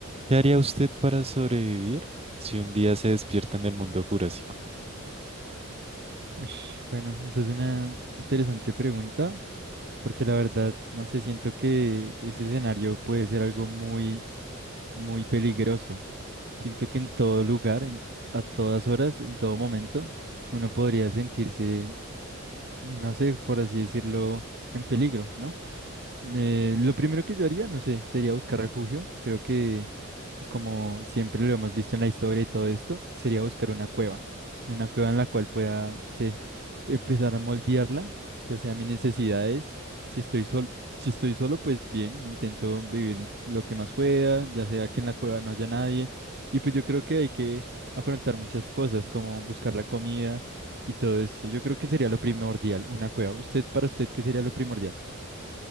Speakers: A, on the right; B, on the right.
A: ¿Qué haría usted para sobrevivir si un día se despierta en el mundo jurásico?
B: Ush, Bueno, esa es una interesante pregunta, porque la verdad, no sé, siento que ese escenario puede ser algo muy, muy peligroso. Siento que en todo lugar, en- a todas horas, en todo momento, uno podría sentirse, no sé, por así decirlo, en peligro, ¿no? Eh, lo primero que yo haría, no sé, sería buscar refugio. Creo que, como siempre lo hemos visto en la historia y todo esto, sería buscar una cueva. Una cueva en la cual pueda, no sé, empezar a moldearla, ya sea mis necesidades. Si estoy solo, si estoy solo, pues bien, intento vivir lo que más pueda, ya sea que en la cueva no haya nadie. Y pues yo creo que hay que afrontar muchas cosas, como buscar la comida y todo esto. Yo creo que sería lo primordial, una cueva. ¿Usted, para usted, qué sería lo primordial?